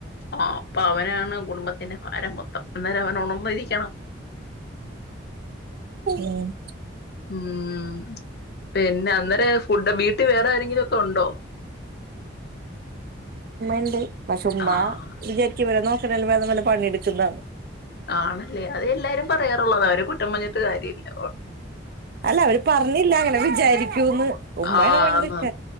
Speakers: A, on the left; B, on the right.
A: ആഹ് അപ്പൊ അവനാണ് കുടുംബത്തിന്റെ ഭാരം മൊത്തം. അന്നേരം അവൻ ഉണർന്ന ഇരിക്കണം
B: ഉം
A: ഉം പിന്നെ അന്നേരം ഫുഡ് വീട്ടിൽ വേറെ ആരെങ്കിലക്കെ ഉണ്ടോ
B: ഇണ്ട് പക്ഷെ ഉമ്മ
A: ആഹ്
B: വിചാരിക്കും ഇവരെ നോ ഇതിലും വേദം ല്ല പണിയെടുക്കുന്നതാ
A: ആണല്ലേ അത എല്ലാരും പറയാറുള്ളതാ അവര് കുറ്റം പറഞ്ഞിട്ട് കാര്യം ഇല്ല.
B: അല്ല അവര് പറഞ്ഞില്ല അങ്ങനെ വിചാരിക്കൂന്ന് ഉമ്മാണ്
A: ആഹ്
B: പണ്ടക്ക
A: ന്ന്